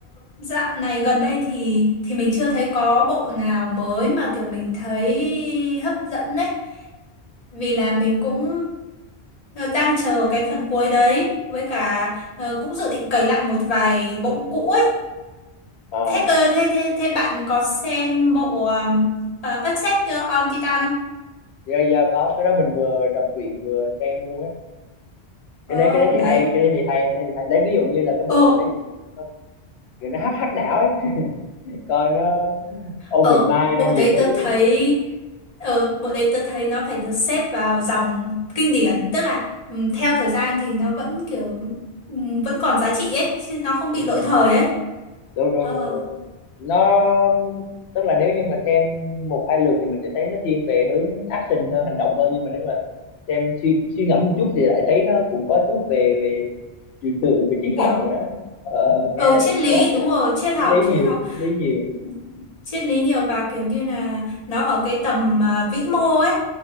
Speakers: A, on the left; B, on the left.
A: dạo này gần đây thì thì mình chưa thấy có bộ nào mới mà kiểu mình thấy hấp dẫn đấy. Vì là mình cũng ờ, đang chờ cái phần cuối đấy với cả ờ, cũng dự định cày lại một vài bộ cũ ấy.
B: ờ
A: Thế cơ thế thế thế bạn có xem bộ um, ờ, Attack on Titan không?
B: giờ, giờ có cái đó mình vừa đọc truyện vừa xem luôn ấy cái
A: Ờ
B: đấy cái đấy thì
A: đấy
B: hay cái đấy thì hay cái đấy thì hay lấy ví dụ như là cái bộ
A: Ờ,
B: như ấy thì nó, nó, nó hắc hắc não ấy <laughs> coi nó open
A: ờ,
B: mind
A: bộ
B: ra
A: đấy
B: nhiều thứ
A: tớ
B: ấy.
A: thấy ờ, bộ đấy tớ thấy nó phải được xếp vào dòng kinh điển, tức là ừm, theo thời gian thì nó vẫn kiểu ừm, vẫn còn giá trị ấy, chứ nó không bị
B: Ừ,
A: lỗi
B: ừ.
A: thời ấy.
B: đúng đúng
A: Ờ,
B: đúng đúng nó tức là nếu như mà xem một hai lượt thì mình sẽ thấy nó thiên về hướng action hơn hành động hơn nhưng mà nếu mà xem suy suy ngẫm một chút thì lại thấy nó cũng có chút về về trừu tượng về triết
A: kiểu
B: học nữa ờ, nghe
A: ờ
B: nó
A: triết
B: cũng
A: lý
B: khác nào
A: đúng rồi, triết học,
B: triết lý
A: triết
B: nhiều
A: học
B: triết lý nhiều
A: ừm, triết lý nhiều và kiểu như là nó ở cái tầm à, vĩ mô ấy,